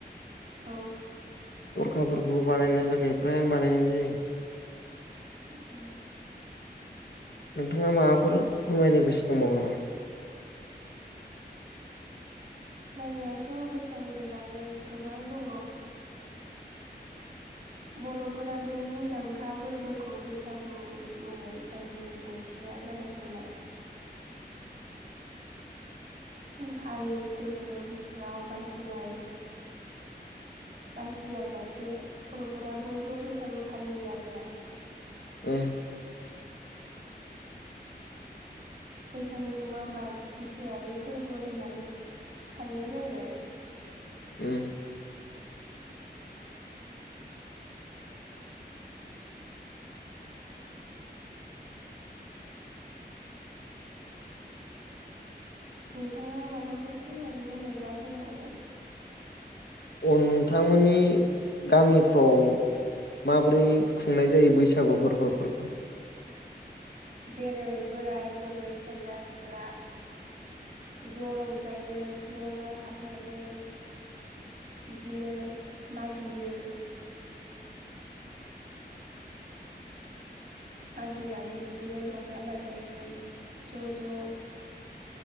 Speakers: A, on the right; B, on the left.
A: औ
B: दरखाफोरखौबो बानायनाय जाखायो फ्रायानो बानायनाय जायो
A: उम
B: नोंथाङा माबाफोर फोरमायनो गोसो दंबावो नामा?
A: जोंनाथ' बैसागुनि बागै गोबां दङ। बर'फोरा बे मुंदांखा फोरबोखौ बैसागु मुङै जायो। <unintelligible> ओंथिया जागायजेननाय हारि दोहोरोम राव बासिनाय बासिय जासे बर'फोरा बयबो बैसागु फालियो आरोना।
B: उम <inaudible>
A: बैसागुखौ आबाद बिथायारि फोरबो होननानै साननाय जायो‌
B: उम
A: नोंथाङा माबाफोर फोरमायनो दङबा बुंबावदो।
B: अ नोंथांमोननि गामिफ्राव माबोरै खुंनाय जायो बैसागु फोरबोफोरखौ?
A: जेरै बोराय बुरै सेंग्रा सिख्ला ज' रंजायो न' न' हाबनानै बिदिनो मागियो। मागिनानै बिदिनो रंजा बाजायै ज' ज'